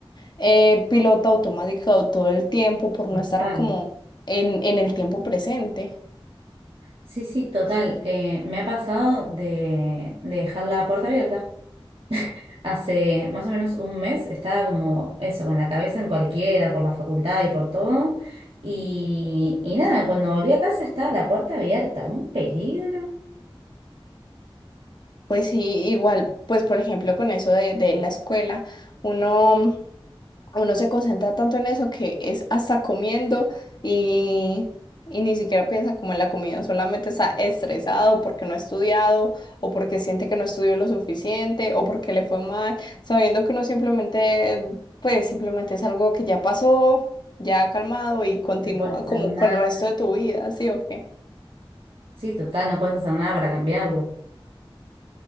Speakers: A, on the left; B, on the right.
A: eh, piloto automático todo el tiempo por no
B: Total.
A: estar como en, en el tiempo presente.
B: Sí, sí, total. Eh, me ha pasado de de dejar la puerta abierta. Hace más o menos un mes estaba como eso, con la cabeza en cualquiera, por la facultad y por todo. Y, y nada, cuando volví a casa estaba la puerta abierta, un peligro.
A: Pues sí, igual, pues por ejemplo con eso de, de la escuela, uno uno se concentra tanto en eso que es hasta comiendo y, y ni siquiera piensa como en la comida, solamente está estresado porque no ha estudiado o porque siente que no estudió lo suficiente o porque le fue mal, sabiendo que uno simplemente, pues simplemente es algo que ya pasó, ya ha calmado y continúa
B: No puedes hacer
A: como
B: nada.
A: con el resto de tu vida, ¿sí o qué?
B: Sí, total, no puedes hacer nada para cambiarlo.